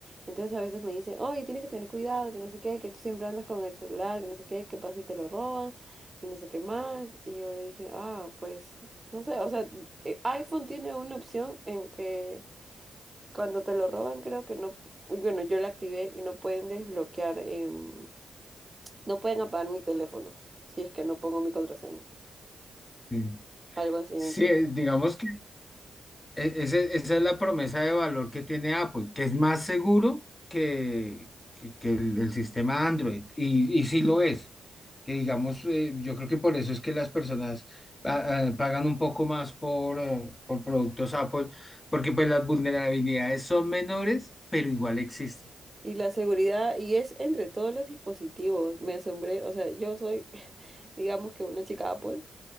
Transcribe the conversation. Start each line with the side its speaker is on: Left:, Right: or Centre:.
Right: Entonces a veces me dicen, oye, tienes que tener cuidado, que no sé qué, que tú siempre andas con el celular, que no sé qué, qué pasa si te lo roban y no sé qué más. Y yo le dije, ah, pues, no sé, o sea, eh, iPhone tiene una opción en que cuando te lo roban creo que no, bueno, yo la activé y no pueden desbloquear, em, no pueden apagar mi teléfono si es que no pongo mi contraseña.
Left: Mm.
Right: Algo así, entonces
Left: Sí, es- digamos E- ese- esa es la promesa de valor que tiene Apple, que es más seguro que, que, que el, el sistema Android, y, y sí lo es, que digamos, eh, yo creo que por eso es que las personas pa- ah, pagan un poco más por, eh, por productos Apple, porque pues las vulnerabilidades son menores, pero igual existen.
Right: Y la seguridad, y es entre todos los dispositivos, me asombré, o sea, yo soy, <laughs> digamos que una chica Apple,